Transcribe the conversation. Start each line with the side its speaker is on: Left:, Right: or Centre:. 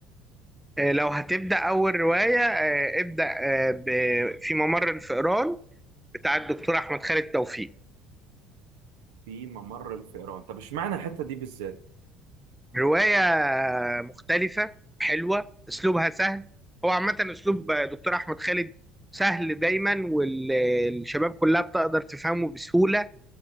Centre: آه لو هتبدأ أول رواية آه ابدأ آه ب... في ممر الفئران بتاع الدكتور أحمد خالد توفيق
Right: في ممر الفئران طب اشمعنى الحته دي بالذات
Centre: رواية مختلفة حلوة أسلوبها سهل هو عامة أسلوب دكتور أحمد خالد سهل دايما والشباب كلها بتقدر تفهمه بسهولة